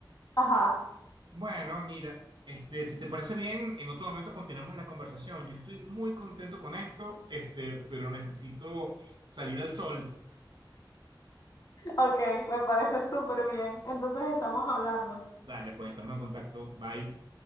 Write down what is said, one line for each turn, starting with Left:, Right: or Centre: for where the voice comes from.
Left: Ajá,
Right: Bueno, mira, este, si te parece bien, en otro momento continuamos la conversación. Yo estoy muy contento con esto, este, pero necesito salir al sol.
Left: ok, me parece súper bien. Entonces estamos hablando.
Right: Dale, pues estamos en contacto. Bye.